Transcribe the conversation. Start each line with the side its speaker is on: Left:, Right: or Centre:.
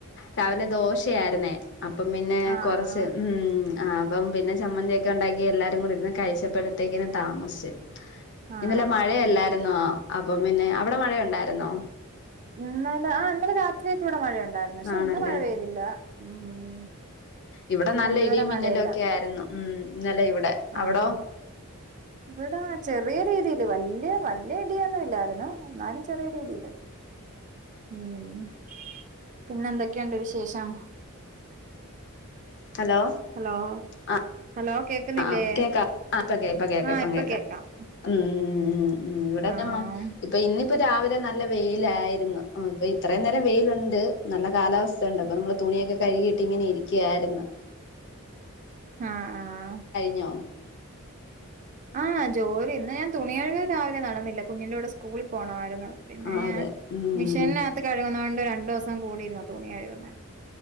Left: രാവിലെ ദോശയായിരുന്നേ അപ്പം പിന്നെ
Right: ആഹ്
Left: കൊറച്ച്
Right: ആഹ്
Left: ഉം ആ അപ്പം പിന്നെ ചമ്മന്തിയോക്കെ ഉണ്ടാക്കി എല്ലാരും കൂടി ഇരുന്ന് കഴിച്ചപ്പോഴത്തേക്കിന് താമസിച്ച്
Right: ആഹ്
Left: ഇന്നലെ മഴയയല്ലായിരുന്നോ അപ്പം പിന്നെ അവിടെ മഴയ ഉണ്ടായിരുന്നോ
Right: ഇന്നലെ ആ ഇന്നലെ രാത്രിയൊക്ക ഇവിടെ മഴയ ഉണ്ടായിരുന്നു പക്ഷെ
Left: ആണല്ലേ
Right: ഇന്ന്മഴ പെയ്തില്ല ഉം
Left: ഇവിടെ
Right: ഇന്ന്
Left: നല്ല
Right: ഇതുവരെ
Left: ഇടിയും മിന്നലും
Right: മഴയില്ല
Left: ഒക്കെ ആയിരുന്നു ഉം ഇന്നലെ ഇവിടെ അവിടോ
Right: ആഹ് ഇവിടെ ചെറിയ രീതിയില് വല്യ വല്ല്യ ഇടിയൊന്നും ഇല്ലായിരുന്നു എന്നാലും ചെറിയ രീതിയില് ഉം പിന്നെ എന്തൊക്കെയുണ്ട് വിശേഷം
Left: ഹലോ
Right: ഹലോ
Left: ആഹ്
Right: ഹലോ കേക്കുന്നില്ലേ
Left: ആ കേക്ക പ്പ കേക്ക
Right: ആഹ്
Left: പ്പം
Right: ഇപ്പൊ
Left: കേക്ക
Right: കേക്കാം
Left: ഇപ്പ കേക്ക ഉം ഉം ഇവിടെക്ക്
Right: ആഹ്
Left: ഇപ്പൊ ഇന്ന് ഇപ്പൊ രാവിലെ നല്ല വെയിലായിരുന്നു. ഇപ്പൊ ഇത്രയും നേരം വെയിലുണ്ട്. നല്ല കാലാവസ്ഥ ഉണ്ട്. അപ്പോ നമ്മള് തുണിയൊക്കെ കഴുകിയിട്ട് ഇങ്ങനെ ഇരിക്കായിരുന്നു
Right: ആഹ് ആഹ്
Left: ഞ്ഞോ
Right: ആഹ് ജോലി ഇന്ന് ഞാൻ തുണികഴുകൾ രാവിലെ നടന്നില്ല. കുഞ്ഞിന്റെ കൂടെ സ്കൂളിൽ പോണമായിരുന്നു പിന്നെ
Left: ആ
Right: ഞാൻ
Left: അതെ ഉം
Right: മിഷീനിനകത്ത് കഴുകുണത് കൊണ്ട് രണ്ടു ദിവസം കൂടിരുന്ന തുണികഴുകുന്നെ